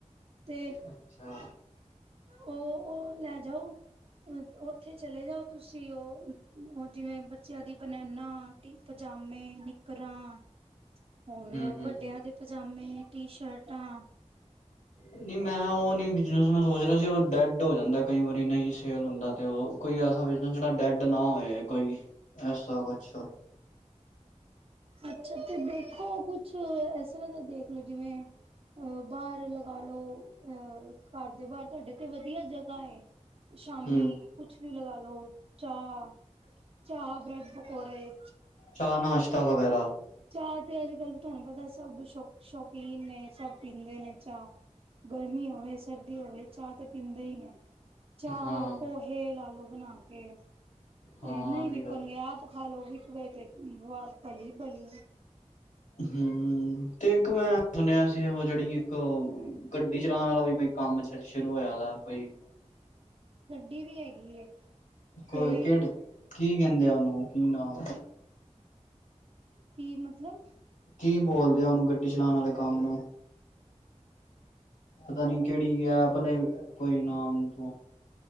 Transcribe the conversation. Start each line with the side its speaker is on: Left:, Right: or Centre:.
Right: ਤੇ
Left: ਅੱਛਾ
Right: ਉਹ-ਉਹ ਲੈ ਜਾਓ ਉੱਥੇ ਚਲੇ ਜਾਓ ਤੁਸੀਂ ਉਹ- ਉਹ ਜਿਵੇਂ ਬੱਚਿਆਂ ਦੀ ਬਨੈਨਾ ਪਜਾਮੇ, ਨਿਕਰ ਹਾਂ, ਹੋਰ
Left: ਹਮ ਹਮ
Right: ਵੱਡਿਆਂ ਦੇ ਪਜਾਮੇ ਟੀ- ਸ਼ਰਟਾਂ
Left: ਨਹੀਂ ਮੈਂ ਉਹ ਨਹੀਂ ਬਿਜਨਸ ਮੈਂ ਸੋਚ ਰਿਹਾ ਸੀ, ਉਹ ਡੈਡ ਹੋ ਜਾਂਦਾ ਕਈ ਵਾਰੀ ਨਹੀਂ ਸੇਲ ਹੁੰਦਾ। ਅਤੇ ਉਹ ਕੋਈ ਐਸਾ ਬਿਜਨਸ ਜਿਹੜਾ ਡੈਡ ਨਾ ਹੋਵੇ। ਕੋਈ ਐਸਾ ਵਛਾ
Right: ਅੱਛਾ ਤੇ ਦੇਖੋ ਕੁਛ ਇਸ ਤਰ੍ਹਾਂ ਦਾ ਦੇਖਲੋ, ਜਿਵੇਂ ਅਹ ਬਾਰ ਲਗਾ ਲੋ ਅ ਘਰ ਦੇ ਬਾਹਰ ਤੁਹਾਡੇ ਤੇ ਵਧੀਆ ਜਗ੍ਹਾ ਹੈ। ਸ਼ਾਮੀ
Left: ਹਮ
Right: ਕੁੱਛ ਵੀ ਲਗਾ ਲੋੋ ਚਾਹ-ਚਾਹ ਬ੍ਰੈਡ ਪਕੌੜੇ
Left: ਚਾਹ ਨਾਸ਼ਤਾ ਵਗੈਰਾ
Right: ਚਾਹ ਤੇ ਅੱਜ- ਕੱਲ ਤੁਹਾਨੂੰ ਪਤਾ ਸਭ ਸ਼ੌ ਸ਼ੌਕੀਨ ਨੇ ਸਭ ਪੀਂਦੇ ਨੇ ਚਾਹ ਗਰਮੀ ਹੋਵੇ, ਸਰਦੀ ਹੋਵੇ ਚਾਹ ਤੇ ਪੀਂਦੇ ਹੀ ਨੇ। ਚਾਰ
Left: ਹਾਂ,
Right: ਪੋਹੇ ਲਾ ਲੋ। ਬਣਾ ਕੇ
Left: ਹਾਂ
Right: ਤੇ ਨਹੀਂ
Left: ਇਹ ਵੀ
Right: ਵਿਕਣਗੇ
Left: ਗੱਲ ਹੈ।
Right: ਆਪ ਖਾ ਲਓ ਵੀ ਗਏ ਤੇ ਵ- ਪਲੀ ਬਲੀ ਐ।
Left: ਹੂੰ ਤੇ ਇੱਕ ਮੈਂ ਸੁਣਿਆ ਸੀ, ਉਹ ਜਿਹੜੀ ਇੱਕ ਗੱਡ ਗੱਡੀ ਚਲਾਣ ਵਾਲਾ ਵੀ ਕੋਈ ਕੰਮ ਸ਼ੁਰੂ ਹੋਇਆ ਵਾ ਕੋਈ
Right: ਗ‌ੱਡੀ ਵੀ ਹੈਗੀ ਏ।
Left: ਕੋਈ
Right: ਤੇ
Left: ਕਿਹੜੇ ਕੀ ਕਹਿੰਦੇ ਆ ਉਹਨੂੰ ਕੀ ਨਾਮ
Right: ਕੀ ਮਤਲਬ
Left: ਕੀ ਬੋਲਦੇ ਆ ਉਹਨੂੰ ਗੱਡੀ ਚਲਾਉਣ ਵਾਲੇ ਕੰਮ ਨੂੰ ਪਤਾ ਨੀ ਕਿਹੜੀ ਆ ਭਲੇ ਕੋਈ ਨਾਮ ਤੂੰ